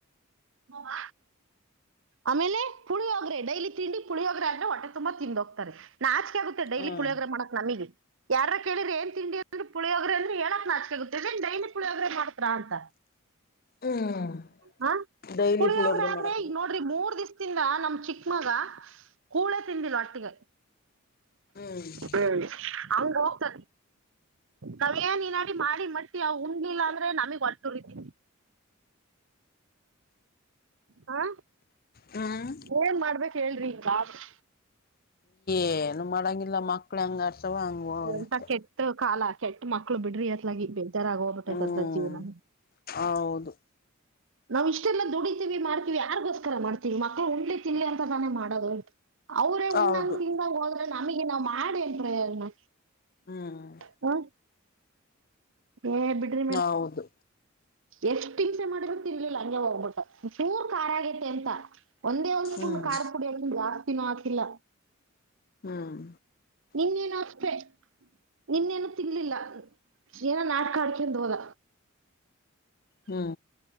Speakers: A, on the right (about 65°); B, on the left (about 45°).
A: ಮೋ ಮ ಆಮೇಲೆ ಪುಳಿಯೋಗ್ರೆ ಡೈಲಿ ತಿಂಡಿ ಪುಳಿಯೋಗ್ರೆ ಆದ್ರೆ ಹೊಟ್ಟೆ ತುಂಬಾ ತಿಂದ್ ಹೋಗ್ತಾರೆ ನಾಚ್ಕೆ ಆಗುತ್ ತೆ ಡೈಲಿ
B: ಹ್ಮ್
A: ಪುಳ್ಯೋಗ್ರೇ ಮಾಡಕ್ ನಮಿಗೆ ಯಾರ ಕೇಳ್ರೆ ಏನ್ ತಿಂಡಿ ಅಂದ್ರ ಪಳಿಯೋಗ್ರೆ ಅಂದ್ರೆ ಹೇಳಕ್ ನಾಚಕೆ ಆಗುತ್ತ ಇದೇನ್ ಡೈಲಿ ಪುಳಿಯೋಗ್ರೇ ಮಾಡ್ತ್ರಾ ಅಂತ.
B: ಹ್ಮ್
A: ಹ
B: ಡೈಲಿ
A: ಪಳಿಯೋಗ್ರೆ
B: ಪುಳಿಯೋಗರೆ
A: ಆದ್ರೆ
B: ಮಾಡಕ್
A: ಈಗ್ ನೋ ರಿ ಮೂರ್ ದಿವ್ಸದಿಂದ ನಮ್ ಚಿಕ್ಕ ಮಗ ಕೂಳೆ ತಿಂದಿಲ್ ಒಟ್ಟಿಗೆ.
B: ಹ್ಮ್
A: ಹ್ಮ್ ಹಂಗ ಹೋಗ್ತ ಕವ್ಯ ನೀನ್ ಅಡಿ ಮಾಡಿ ಮಟ್ಟಿ ಅವ್ ಉಣ್ಲಿಲ್ಲ ಅಂದ್ರೆ ನಮಗ್ ಹೊಟ್ಟುರಿತಿ ಹಾ
B: ಹ್ಮ್
A: ಏನ್ ಮಾಡ್ಬೇಕ್ ಹೇಳ್ರಿ ಹಿಂಗಾದ್ರೆ.
B: ಏನು ಮಾಡಂಗಿಲ್ಲ ಮಕ್ಳು ಹೆಂಗ್ ಆಡ್ತವ ಹಂಗ್ ಹೋಗದಷ್ಟೇ.
A: ಎಂತ ಕೆಟ್ಟ ಕಾಲ ಕೆಟ್ಟ ಮಕ್ಳು ಬಿಡ್ರಿ ಅತ್ಲಾಗಿ <unintelligible> ಆಗ್ ಹೋಗ್ಬಿಟ್ಟೈತ್
B: ಹ್ಮ್
A: ಅತ್ಲಗ್ ಜೀವನ.
B: ಹೌದು
A: ನಾವು ಇಷ್ಟೆಲ್ಲ ದುಡಿತೀವಿ ಮಾಡ್ತೀವಿ ಯಾರ್ಗೋಸ್ರ ಮಾಡ್ತಿವಿ ಮಕ್ಳು ಉಣ್ಲಿ ತಿನ್ಲಿ ಅಂತ ತಾನೇ ಮಾಡದು. ಅವ್ರೆ
B: ಹೌದು
A: ನ್ನ ಹೋದ್ರೆ ನಮಿಗೆ ನಾವ್ ಮಾಡೇನ್ ಪ್ರಯೋಜನ.
B: ಹ್ಮ್
A: ಆ ಏಯ್ ಬಿಡ್ರ್
B: ಹೌದು
A: ಎಷ್ಟ್ ಹಿಂಸೆ ಮಾಡಿದ್ರು ತಿನ್ಲಿಲ್ಲ ಹಂಗೆ ಹೋಗ್ಬಿಟ್ಟ ಚೂರ್ ಖಾರ ಆಗೈತೆ ಅಂತ. ಒಂದೇ ಒಂದ್
B: ಹ್ಮ್
A: ಸ್ಪೂನ್ ಖಾರ ಪುಡಿ ಅಕೀನ್ ಜಾಸ್ತಿನೂ ಹಾಕಿಲ್ಲ.
B: ಹ್ಮ್
A: ನಿನ್ನೇನು ಅಷ್ಟೆ ನಿನ್ನೇನು ತಿನ್ಲಿಲ್ಲ ಏನೋ ನಾಟ್ಕ ಆಡ್ಕೊಂಡ್ ಹೋದ.
B: ಹ್ಮ